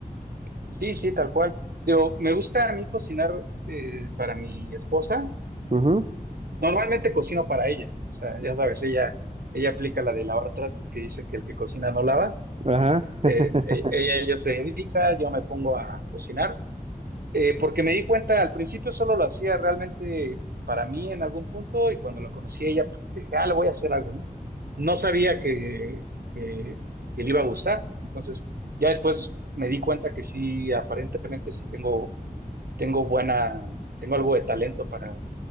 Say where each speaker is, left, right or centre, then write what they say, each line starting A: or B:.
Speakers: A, on the right; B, on the right.
A: Sí, sí, tal cual. Digo, me gusta a mí cocinar eh, para mi esposa.
B: Ujú.
A: Normalmente cocino para ella. O sea, ya sabes, ella, ella aplica la de lavar trastes que dice que el que cocina no lava.
B: Ajá. <laughs>
A: Eh, e- ella, ella se dedica, yo me pongo a cocinar. Eh, porque me di cuenta, al principio solo lo hacía realmente para mí en algún punto y cuando la conocí a ella, pues, dije, ah, le voy a hacer algo, ¿no? No sabía que, que, que le iba a gustar. Entonces, ya después me di cuenta que sí, aparentemente sí tengo tengo buena, tengo algo de talento para,